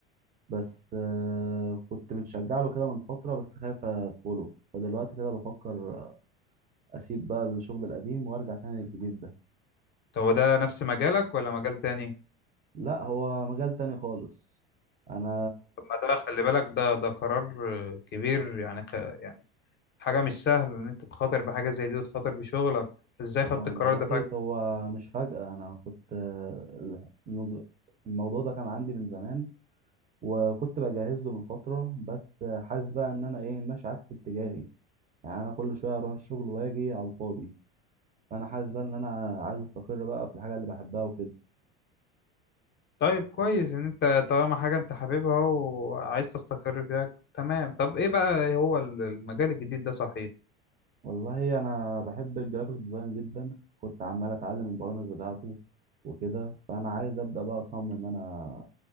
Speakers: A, on the right (about 25°); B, on the left (about 35°).
A: بس آه، كنت متشجع له كده من فتره بس خايف ادخله فدلوقتي كده بفكر اسيب بقى الشغل القديم وارجع تاني للجديد ده
B: طب هو ده نفس مجالك ولا مجال تاني
A: لا هو مجال تاني خالص انا
B: طب ما ده خلي بالك ده ده قرار آه، كبير يعني خ... يعني حاجة مش سهلة ان انت تخاطر بحاجة زي دي وتخاطر بشغلك ازاي
A: والله
B: خدت القرار ده فجأة
A: هو مش فجأة أنا كنت آه، الموضوع الموضوع ده كان عندي من زمان وكنت بجهز له من فترة بس آه، حاسس بقى إن أنا إيه ماشي عكس اتجاهي يعني أنا كل شوية أروح الشغل وأجي على الفاضي فأنا حاسس بقى إن أنا عايز أستقر بقى في الحاجة اللي بحبها وكده
B: طيب كويس ان انت طالما حاجة انت حاببها وعايز تستقر فيها تمام طب ايه بقى هو ال- المجال الجديد ده صحيح
A: والله أنا بحب الجرافيك ديزاين جدا كنت عمال أتعلم البرامج بتاعته وكده فأنا عايز أبدأ بقى أصمم أنا